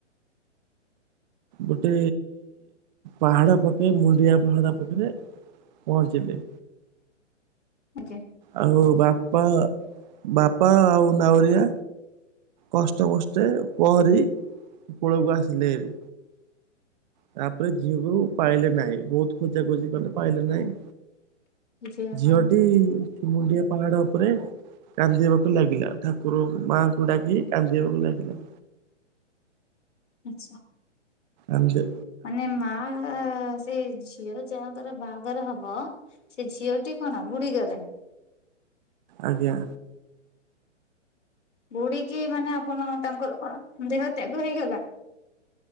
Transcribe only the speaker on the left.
ଆଜ୍ଞା
ଝିଅ
ପାଣି ଦେଲେ
ଆଛା।
ମାନେ ମା ସେ ଝିଅ ଯାହାଙ୍କର ବାହାଘର ହବ ସେ ଝିଅଟି କଣ ବୁଡି ଗଲେ।
ବୁଡିକି ମାନେ ଆପଣ ତାଙ୍କର କଣ ଦେହ ତ୍ୟାଗ ହେଇଗଲା?